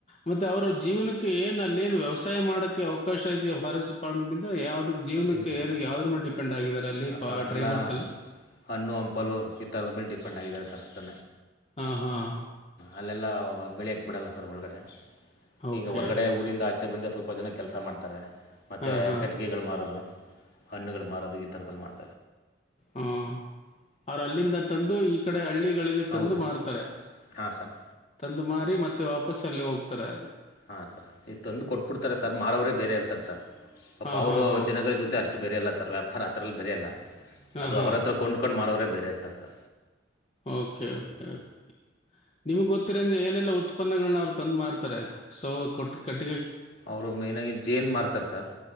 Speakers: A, on the left; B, on the left.
A: ಮತ್ತೆ ಅವ್ರ ಜೀವನಕ್ಕೆ ಏನ್ ಅಲ್ಲೇಏನ್ ವ್ಯವಸಾಯ ಮಾಡಕ್ಕೆ ಅವಕಾಶ ಇದೆಯಾ ಫಾರೆಸ್ಟ್ ಡಿಪಾರ್ಟ್ಮೆಂಟ್ಂದ ಇ ಯಾವುದಕ್ಕೆ ಜೀವನಕ್ಕೆ
B: ಇಲ್ಲ ಸರ್
A: ಯಾವ್ದದ್ರ ಮೇಲೆ ಡಿಪೆಂಡ್ ಆಗಿದ್ದಾರೆ ಅಲ್ಲಿ ಪ
B: ಸರ್ ಅವರೆಲ್ಲ
A: ಟ್ರೈಬಲ್ಸ್ ಎಲ್ಲ
B: ಹಣ್ಣು ಹಂಪಲು ಈ ಥರದ ಮೇಲೆ ಡಿಪೆಂಡ್ ಆಗಿದ್ದಾರೆ ಸರ್ ಅಷ್ಟೇ
A: ಹಾಂ ಹಾಂ
B: ಅಲ್ಲೆಲ್ಲ ಬೆಳೆಯಕ್ಕೆ ಬಿಡಲ್ಲ ಸರ್ ಒಳಗಡೆ
A: ಓಕೆ
B: ಈಗ ಹೊರ್ಗಡೆ ಊರಿಂದ ಆಚೆ ಬಂದ ಸ್ವಲ್ಪ ಜನ ಕೆಲಸ ಮಾಡ್ತಾರೆ ಮತ್ತೆ
A: ಹಾಂ ಹಾಂ
B: ಮಟ್ಟಕೆಗಳು ಮಾರೋದು ಹಣ್ಣುಗಳು ಮಾರೋದು ಈ ಥರದಲ್ಲಿ ಮಾಡ್ತಾರೆ
A: ಹಾ ಅವ್ರ ಅಲ್ಲಿಂದ ತಂದು ಈ ಕಡೆ ಹಳ್ಳಿ ಗಳಿಗೆ ತಂದು
B: ಹೌದು
A: ಮಾರತಾರೆ
B: ಸರ್ ಹಾಂ ಸರ್
A: ತಂದು ಮಾರಿ ಮತ್ತೆ ವಾಪಸ್ ಅಲ್ಲಿ ಹೋಗ್ತಾರೆ ಅದೇ
B: ಹಾಂ ಸರ್ ಇದು ತಂದು ಕೊಟ್ಬಿಡ್ತಾರೆ ಸರ್ ಮಾರೋವರೇ ಬೇರೆ ಇರ್ತಾರೆ ಸರ್. ಪಾಪ
A: ಹಾಂ
B: ಅವರು
A: ಹಾಂ ಹಾಂ
B: ಜನಗಳ ಜೊತೆ ಅಷ್ಟು ಬೇರೆಯಲ್ಲ ಸರ್ ವ್ಯಾಪಾರ ಆ ಥರಲ್ಲಿ ಬೇರೆೆಯಲ್ಲ
A: ಹಾಂ
B: ಅದು
A: ಹಾಂ
B: ಅವ್ರ ಹತ್ರ ಕೊಂಡ್ಕೊಂಡು ಮಾರೋವರೇ ಬೇರೆ ಇರ್ತಾರದ
A: ಓಕೆ ಓಕೆ ಓಕ ನಿಮ್ಗೆ ಗೊತ್ತಿರಂಗೆ ಏನೆಲ್ಲಾ ಉತ್ಪನ್ನಗಳನ್ನ ಅವ್ರು ತಂದ್ ಮಾಡ್ತಾರೆ ಸವ ಕೊಟ್ಟ ಕಟ್ಟ
B: ಅವರು ಮೇನಾಗಿ ಜೇನ್ ಮಾರರ್ತಾರೆ ಸರ್